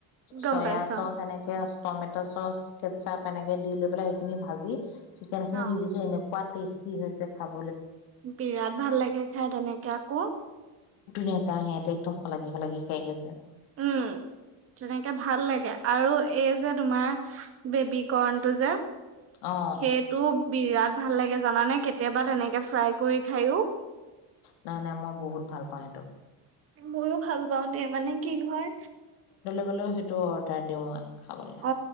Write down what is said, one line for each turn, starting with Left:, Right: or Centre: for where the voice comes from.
Right: গম
Left: চয়া
Right: পাইছোঁ
Left: চচ এনেকে আ টমেট' চচ কেটচাপ এনেকে দি লৈ পেলাই সেইখিনি ভাজি। তেলখিনি
Right: অ', অ'।
Left: দি দিছোঁ এনেকে। খোৱাত টেষ্টি হৈছে খাব।
Right: বিৰাট ভাল লাগে খাই তেনেকে আকৌ।
Left: নেযাই হে আৰু সিহঁতে একদম সলাগি শলাগি খাই গৈছে।
Right: উম তেনেকে ভাল লাগে আৰু এই যে তোমাৰ বেবী কৰ্ণটো যে।
Left: অ
Right: সেইটো বিৰাট ভাল লাগে জানানে কেতিয়াবা তেনেকে ফ্ৰাই কৰি খায়ো।
Left: নাই নাই মই বহুত ভাল পাওঁ সেইটো
Right: মইয়ো ভাল পাওঁ দে মানে কি হয়।
Left: লৈ সেইটো অৰ্ডাৰ দিওঁ মই। খাবলৈ
Right: অ